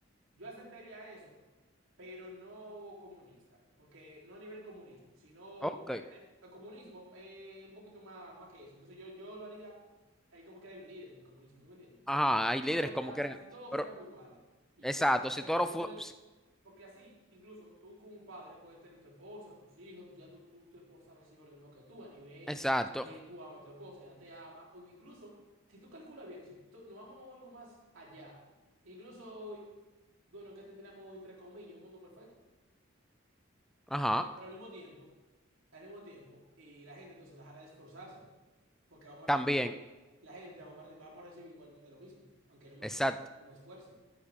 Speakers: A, on the right (about 70°); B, in the centre.
A: Yo aceptaría eso, pero no comunista, porque no a nivel comunismo, sino
B: Ok.
A: que eh, el comunismo eh, es un poquito más, más que eso. Entonces yo, yo lo haría, ahí como que hay un líder en el comunismo, ¿tú me entiendes?
B: Ajá, hay
A: Yo
B: líderes
A: lo haría
B: como quieren.
A: si todos
B: Pero,
A: fuéramos iguales y
B: exacto,
A: ya. Ejemplo,
B: si Toro
A: tú
B: fue.
A: tienes,
B: si-
A: porque así, incluso tú como padre puedes tener tu esposa, tus hijos, ya tu, tu, tu esposa recibe lo mismo que tú a nivel
B: Exacto.
A: de tú amas a tu esposa, ella te ama, o incluso si tú calculas bien, si tú- nos vamos a algo más allá. Incluso bueno, que tendríamos entre comillas un mundo perfecto.
B: Ajá.
A: Pero, al pero al mismo tiempo, al mismo tiempo, y la gente entonces dejará de esforzarse, porque vamos a
B: También.
A: recibir igualmente, la gente vamos a, re- vamos a recibir igualmente lo mismo, aunque no me
B: Exacto.
A: esfuerce o me esfuerce.